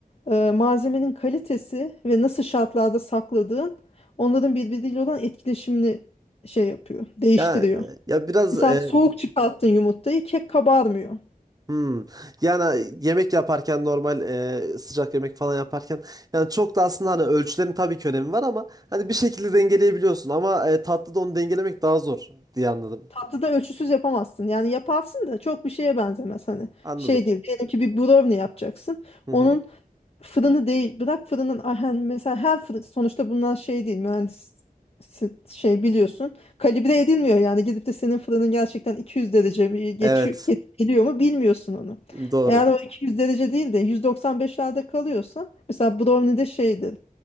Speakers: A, on the left; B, on the right.
A: e, malzemenin kalitesi ve nasıl şartlarda sakladığın onların birbiriyle olan etkileşimini şey yapıyor, değiştiriyor.
B: Ya e, ya biraz
A: Mesela
B: e,
A: soğuk çıkarttın yumurtayı kek kabarmıyor.
B: Hmm. Yani e, yemek yaparken normal e, sıcak yemek falan yaparken yani çok da aslında hani ölçülerin tabii ki önemi var ama hani bir şekilde dengeleyebiliyorsun ama e, tatlıda onu dengelemek daha zor diye anladım.
A: Tatlıda ölçüsüz yapamazsın. Yani yaparsın da çok bir şeye benzemez hani.
B: Anladım.
A: Şey değil. Diyelim ki bir brownie yapacaksın.
B: Hı hı.
A: Onun fırını değil. Bırak fırının ay hani mesela her fırın sonuçta bunlar şey değil. Mühendis şey biliyorsun. Kalibre edilmiyor yani. Gidip de senin fırının gerçekten 200 derece mi geçiyor,
B: Evet.
A: ge- geliyor mu bilmiyorsun onu.
B: Doğru.
A: Eğer o 200 derece değil de 195'lerde kalıyorsa mesela brownie'de şeydir